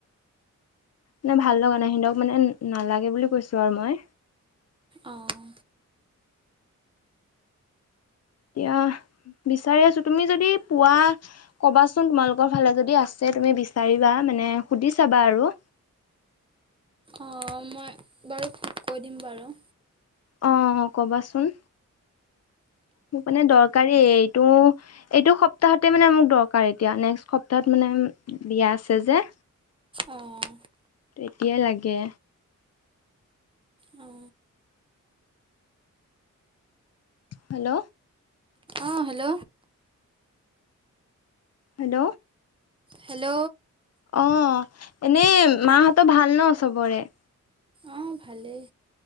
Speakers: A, on the left (about 55°); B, on the right (about 15°).
A: নে ভাল লগা নাই সিহঁতক মানে নালাগে বুলি কৈছো আৰু মই।
B: অ অ।
A: এতিয়া বিচাৰি আছো তুমি যদি পুৱা ক'বাচোন তোমালোকৰ ফালে যদি আছে তুমি বিচাৰিবা মানে সুধি চাবা আৰু?
B: অ মই বাৰু কৈ দিম বাৰু।
A: অ কবাচোন? মোক মানে দৰকাৰী এইটো এইটো সপ্তাহতে মানে মোক দৰকাৰ এতিয়া নেক্সট সপ্তাহত মানে বিয়া আছে যে
B: অঁ অঁ
A: এতিয়াই লাগে।
B: অঁ।
A: হেল্ল?
B: অঁ হেল্ল।
A: হেল্ল?
B: হেল্ল?
A: অ এনেই মাহঁতৰ ভাল ন চবৰে!
B: অঁ ভালেই।